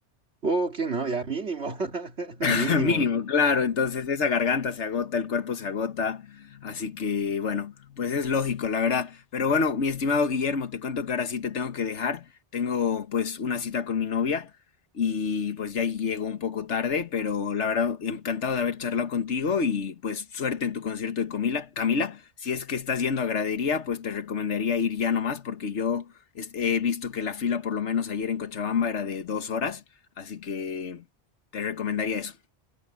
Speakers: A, on the right; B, on the left.
A: Oh, ¿quién no? Ya mínimo, <laughs> mínimo.
B: <laughs> Mínimo, claro. Entonces esa garganta se agota, el cuerpo se agota. Así que bueno, pues es lógico, la verdad. Pero bueno, mi estimado Guillermo, te cuento que ahora sí te tengo que dejar. Tengo pues una cita con mi novia y pues ya llego un poco tarde, pero la verdad, encantado de haber charlado contigo y pues suerte en tu concierto de Comila- Camila. Si es que estás yendo a gradería, pues te recomendaría ir ya nomás porque yo es- he visto que la fila por lo menos ayer en Cochabamba era de dos horas, así que te recomendaría eso.